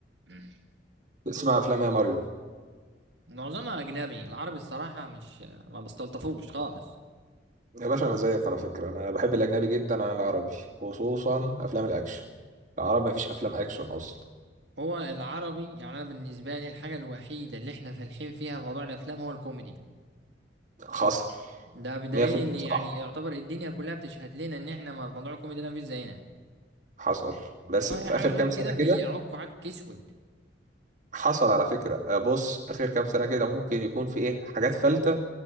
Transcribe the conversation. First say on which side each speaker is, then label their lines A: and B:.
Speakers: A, on the right (about 70°); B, on the right (about 45°).
A: مم.
B: اسمع افلام يا ماريو
A: معظمها أجنبي العربي الصراحة مش ما بستلطفوش خالص
B: يا باشا انا زيك على فكره انا بحب الاجنبي جدا عن العربي خصوصا افلام الاكشن العرب مفيش افلام اكشن اصلا
A: هو العربي يعني أنا بالنسبة لي الحاجة الوحيدة اللي احنا فالحين فيها في موضوع الأفلام هو الكوميدي
B: حصل
A: ده بدليل
B: 100%
A: إن يعني
B: صح
A: يعتبر الدنيا كلها بتشهد لنا إن احنا ما- موضوع الكوميدي ده مفيش زينا
B: حصل بس
A: إنما
B: في
A: أي حاجة
B: اخر
A: غير
B: كام
A: كده
B: سنه
A: بيعكوا
B: كده
A: عك أسود
B: حصل على فكره آه، بص اخر كام سنه كده ممكن يكون في ايه حاجات فلتة